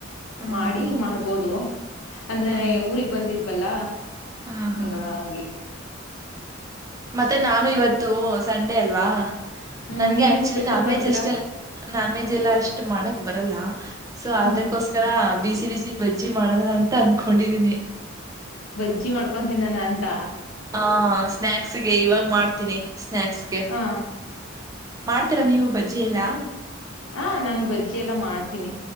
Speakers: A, on the right (about 15°); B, on the left (about 85°).
A: ಹಾ
B: ಮಾಡಿ
A: ಹಾ
B: ಮಾಡ್ಬೋದು ಅಂದ್ರನೇ
A: ಹ
B: ಊಗ್ ಬಂದಿದ್ವಲ್ಲ
A: ಹಾ ಹಾ
B: ಹಂಗಿ
A: ಮತ್ತೆ ನಾನು ಇವತ್ತು ಸಂಡೇ ಅಲ್ವಾ
B: ಹ್ಮ್
A: ನನ್ಗೆ
B: ನೀವೇನ್
A: ಆಕ್ಚುಲಿ
B: ಸ್ಪೆಷಲ್
A: ನಾನ್
B: ಮಾಡ್ತೀರಾ
A: ವೆಜ್ ಅಷ್ಟೆಲ್ಲ ನಾನ್ ವೆಜ್ ಎಲ್ಲ ಅಷ್ಟು ಮಾಡಕ್ ಬರಲ್ಲ ಸೊ
B: ಹ್ಮ
A: ಅದಕ್ಕೋಸ್ಕರ ಬಿಸಿ ಬಿಸಿ ಬಜ್ಜಿ ಮಾಡದ ಅಂತ ಅನ್ಕೊಂಡಿದೀನಿ
B: ಬಜ್ಜಿ ಮಾಡ್ಕೊತೀನಾನ ಅಂತ
A: ಹಾ ಸ್ನ್ಯಾಕ್ಸ್ಗೆ ಇವಾಗ ಮಾಡ್ತೀನಿ ಸ್ನ್ಯಾಕ್ಸ್ಗೆ
B: ಹಾ
A: ಮಾಡ್ತೀರಾ ನೀವು ಬಜ್ಜಿ ಎಲ್ಲಾ
B: ಹಾ ನಾನ್ ಬಜ್ಜಿ ಎಲ್ಲ ಮಾಡ್ತೀನಿ